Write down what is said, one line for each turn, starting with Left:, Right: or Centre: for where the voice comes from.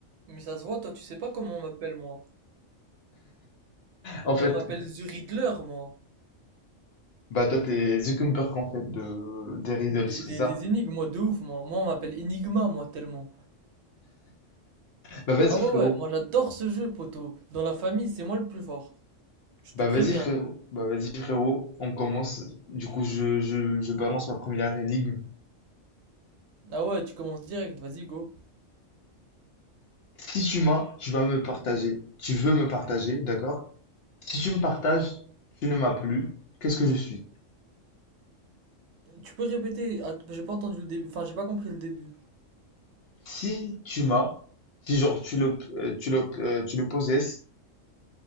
Right: Mais ça se voit, toi tu sais pas comment on m'appelle moi.
Left: En
Right: Moi
Left: fait,
Right: on m'appelle The Riddler moi.
Left: bah toi, t'es Zuckerberg, en fait, de, des riddles,
Right: Des,
Left: c'est
Right: des,
Left: ça?
Right: des énigmes moi de ouf moi. Moi on m'appelle Enigma moi tellement.
Left: Bah vas-y,
Right: Ah ouais
Left: frérot.
Right: ouais, moi j'adore ce jeu poteau. Dans la famille c'est moi le plus fort. Je te
Left: Bah
Right: préviens.
Left: vas-y, frérot. Bah vas-y, frérot. On commence. Du coup, je, je, je balance ma première énigme.
Right: Ah ouais, tu commences direct, vas-y go.
Left: Si tu m'as, tu vas me partager. Tu veux me partager, d'accord? Si tu me partages, tu ne m'as plus. Qu'est-ce que je suis?
Right: Tu peux répéter, ah, j'ai pas entendu le début, enfin j'ai pas compris le début.
Left: Si tu m'as, si genre tu le, euh, tu le, euh, tu le possèdes,